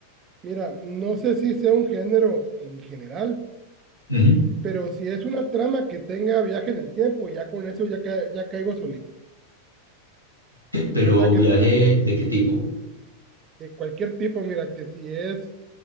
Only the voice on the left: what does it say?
Ujú.
Pero
viaje de qué tipo?